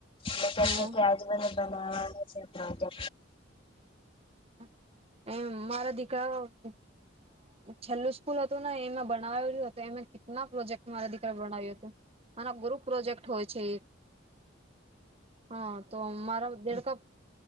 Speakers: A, on the left; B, on the right.
A: ને ત
B: હા
A: આજ મ નાળ છે પ્ર
B: એ મારા દીકરા છેલ્લ સ્કૂલ હતું ને એમાં બનાવેલ્યું હતો એમે ના પ્રોજેક્ટ મારા દીકરા બણવ્યું હતું મારા ગુર પ્રોજેક્ટ હોય છે હા તો મારા દેડ કપ